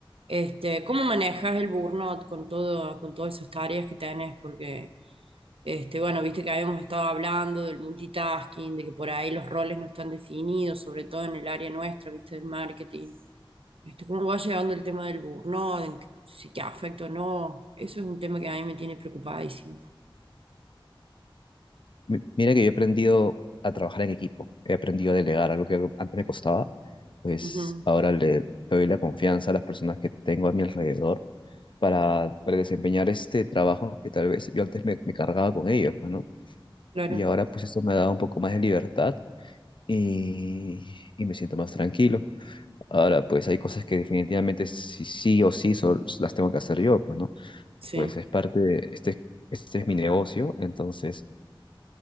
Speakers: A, on the right; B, on the left.
A: Este, ¿cómo manejas el burnout con todo, con todas esas tareas que tenés? Porque, este, bueno, viste que habíamos estado hablando del multitasking, de que por ahí los roles no están definidos, sobre todo en el área nuestra, viste, del marketing. Este, ¿cómo va llevando el tema del burnout? en qué- si te afecta o no. Eso es un tema que a mí me tiene preocupadísimo.
B: Mi- mira que yo he aprendido a trabajar en equipo, he aprendido a delegar, algo que antes me costaba, pues
A: Ujú,
B: ahora le doy la confianza a las personas que tengo a mi alrededor para, para desempeñar este trabajo que tal vez yo antes me, me cargaba con ellos, pues, ¿no?
A: claro,
B: Y ahora pues esto me ha dado un poco más de libertad y, y me siento más tranquilo. Ahora pues hay cosas que definitivamente sí, sí o sí sol- las tengo que hacer yo, pues, ¿no?
A: sí.
B: Pues es parte de, este, este es mi negocio, entonces